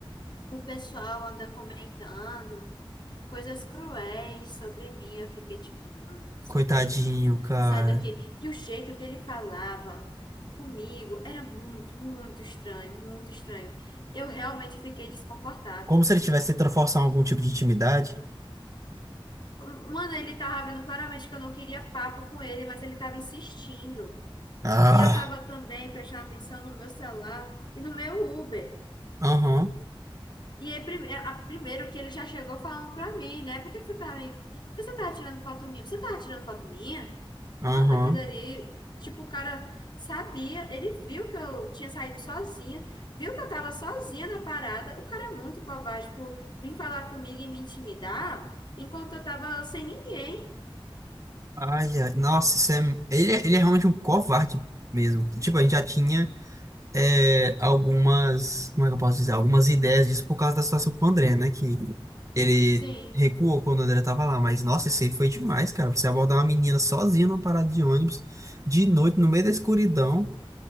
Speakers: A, on the left (about 55°); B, on the right (about 35°).
A: o pessoal anda comentando. coisas cruéis sobre mim. Eu fiquei tipo, mano, sai
B: Coitadinho,
A: daqui,
B: cara.
A: sai daqui. E o jeito que ele falava comigo era muito, muito estranho, muito estranho. Eu realmente fiquei desconfortável.
B: Como se ele tivesse tentando forçar algum tipo de intimidade.
A: Mano, ele tava vendo claramente que eu não queria papo com ele, mas ele tava insistindo.
B: Ah,
A: E eu tava também prestando atenção no meu celular e no meu Uber.
B: aham,
A: E aí, primeiro, a- primeiro que ele já chegou falando pra mim, né? Por que que você tá, me- por que você tá tirando foto minha? Você tá tirando foto minha?
B: aham.
A: Mano, aquilo ali, tipo, o cara sabia, ele viu que eu tinha saído sozinha, viu que eu tava sozinha na parada. O cara é muito covarde por vir falar comigo e me intimidar enquanto eu tava sem ninguém.
B: Ai, ai. Nossa, isso é... Ele, é- ele é realmente um covarde mesmo. Tipo, a gente já tinha. é, algumas, como é que eu posso dizer, algumas ideias disso por causa da situação com o André, né? Que ele
A: Sim,
B: recuou quando o André tava lá, mas nossa, isso aí foi demais, cara. Você abordar uma menina sozinha numa parada de ônibus, de noite, no meio da escuridão.